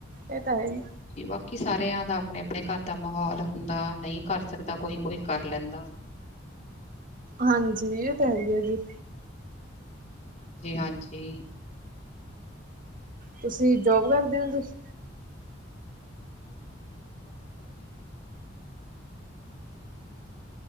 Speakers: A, on the right (about 45°); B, on the left (about 35°).
A: ਇਹ ਤਾ ਹੈ ਹੀ।
B: ਹਾਂਜੀ ਬਾਕੀ ਸਾਰਿਆ ਦਾ ਆਪਣੇ-ਆਪਣੇ ਘਰ ਦਾ ਮਾਹੌਲ ਹੁੰਦਾ ਨਈ ਕਰ ਸਕਦਾ ਕੋਈ-ਕੋਈ ਕਰ ਲੈਂਦਾ।
A: ਹਾਂਜੀ ਇਹ ਤਾਂ ਹੈ ਹੀ ਹੈ ਜੀ।
B: ਹਾਂਜੀ-ਹਾਂਜੀ
A: ਤੁਸੀ ਜੋਬ ਕਰਦੇ ਹੋ <unintelligible>
B: ਹਾਂਜੀ ਮੈਂ ਵੀ ਜੋਬ ਕਰਦੀ ਹਾ, ਮੈਂ